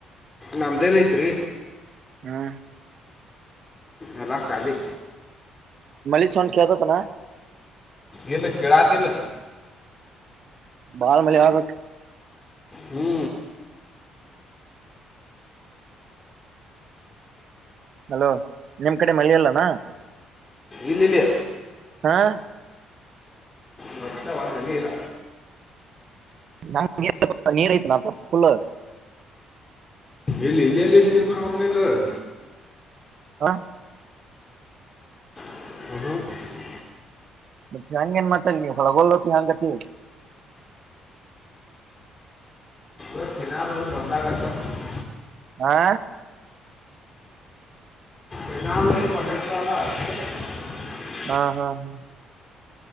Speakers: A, on the left; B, on the right.
A: ನಮ್ದೇನಾಯ್ತ್ರಿ
B: ಹ್ಮ್
A: ಎಲ್ಲಾ ಖಾಲಿ
B: ಮಳ ಸೊಂಡ್ ಕೇತತ್ನಾ
A: ಇಲ್ಲ ಗೆಳತಿಲ್ಲ
B: ಬಹಳ ಮಳೆ ಬರುತ್ತಿದೆ
A: ಹ್ಞೂ
B: ಹಲೋ ನಿಮ್ ಕಡೆ ಮಳೆ ಇಲ್ಲೇನು
A: ಇಲ್ಲಿಲ್ಲಿ
B: ಹಾ
A: ಹೊಟ್ಟೆ ಒಂದನೇ ಇಲ್ಲ
B: ನೀರು ಆಯಿತೇನಪ್ಪಾ ಫುಲ್ಲು
A: ಇಲ್ಲಿ ಇಲ್ಲಿಲ್ಲಿ ನೀರ್ಭರ ಹೇ ನಗರ್
B: ಹಾ
A: ಹ
B: ಬಟ್ ಹ ಹೆಂಗ ಏನ್ ಮಾತಲ್ಲ ನೀವ ಹೊಳಗಲ್ತಿ ಹಂಗತಿ
A: ಇ ತಿಿನಾದದು ಕೊಂದ ಘಟ್ಟ <unintelligible>
B: ಹಾ
A: ನಿನಾನರು ಪಡೆಕಾಲ ಆಗು <unintelligible>
B: ಹಾ ಹಾ ಹಾ